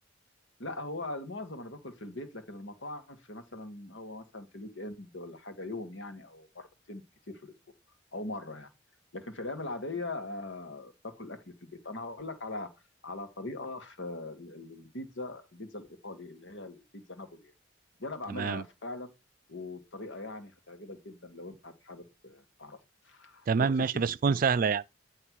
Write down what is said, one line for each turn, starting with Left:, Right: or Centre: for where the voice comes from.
Left: لا هو المعظم انا باكل في البيت لكن المطاعم في مثلا هو مثلا في الويك اند ولا حاجه يوم يعني او مرتين بالكتير في الاسبوع او مره يعني لكن في الايام العاديه آه باكل اكل في البيت انا هقول لك على على طريقه في ال- ال- البيتزا البيتزا الايطالي اللي هي البيتزا نابولي يعني دي انا بعملها
Right: تمام
Left: فعلا وبطريقه يعني هتعجبك جدا لو انت حابب تعرفها
Right: تمام
Left: بص
Right: ماشي
Left: يا سيدي
Right: بس تكون سهله يعني